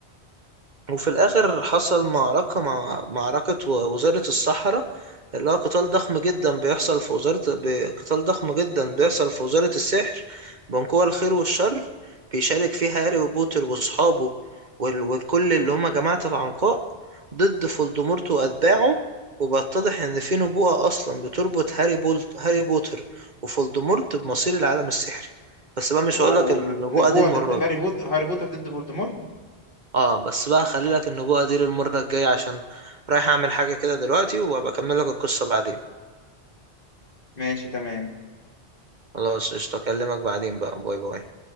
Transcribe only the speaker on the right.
وفي الآخر حصل معركة مع معركة و- وزارة الصحراء اللي هو قتال ضخم جدا بيحصل في وزارة ب- قتال ضخم جدا بيحصل في وزارة السحر بين قوى الخير والشر بيشارك فيها هاري وبوتر وأصحابه وال- وكل اللي هما جماعة العنقاء ضد فولدمورت وأتباعه وبيتضح إن في نبوءة أصلا بتربط هاري بولت هاري بوتر وفولدمورت بمصير العالم السحري بس بقى مش
هقولك النبوءة
دي المرة
دي
اه بس بقى خلي لك النبوة دي للمرة الجاية عشان رايح اعمل حاجة كده دلوقتي وابقى اكمل لك القصة بعدين
خلاص قشطة اكلمك بعدين بقى باي باي